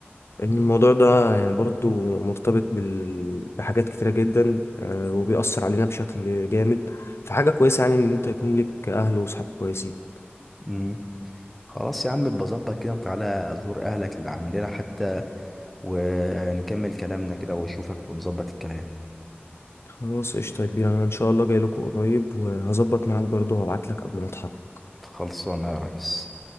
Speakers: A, on the left (about 80°); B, in the centre.
A: ان الموضوع ده يعني برضو مرتبط بال... بحاجات كتيرة جدا آه، وبيأثر علينا بشكل جامد فحاجة كويسة يعني ان انت يكون لك اهل وصحاب كويسين
B: امم خلاص يا عم بظبط كده وتعالى زور أهلك اللي عندنا حتى ونكمل كلامنا كده وأشوفك ونظبط الكلام
A: خلاص قشطة يا كبير انا ان شاء الله جاي لكم قريب وهظبط معاك برضو هبعت لك قبل ما اتحرك
B: خلصانة يا ريس